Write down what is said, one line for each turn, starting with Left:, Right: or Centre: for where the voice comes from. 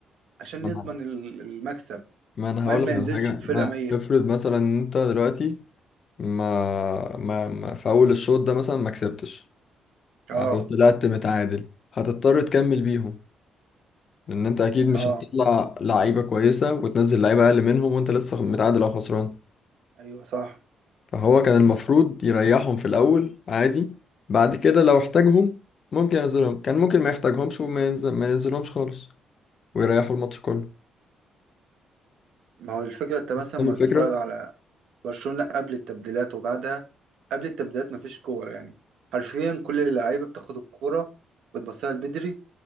Right: عشان
Left: ما
Right: يضمن
Left: انا
Right: ال- المكسب
Left: ما أنا
Right: المال
Left: هقولك
Right: ما ينزلش
Left: على حاجة
Right: بفرقة
Left: ما
Right: ميتة
Left: افرض مثلا إن انت دلوقتي ما ما, ما في اول الشوط ده مثلا ما كسبتش
Right: اه
Left: او طلعت متعادل هتضطر تكمل بيهم لان انت اكيد مش
Right: اه
Left: هتطلع لعيبه كويسه وتنزل لعيبه اقل منهم وانت لسه متعادل او خسران
Right: ايوه صح
Left: فهو كان المفروض يريحهم في الاول عادي بعد كده لو احتاجهم ممكن ينزلهم كان ممكن ما يحتاجهمش وما ينزل ما ينزلهمش خالص ويريحوا الماتش كله
Right: ما هو الفكرة انت مثلا
Left: فاهم
Right: ما
Left: الفكره
Right: تتفرج على برشلونة قبل التبديلات وبعدها قبل التبديلات مفيش كور يعني حرفيا كل اللعيبة بتاخد الكورة وتبصها لبدري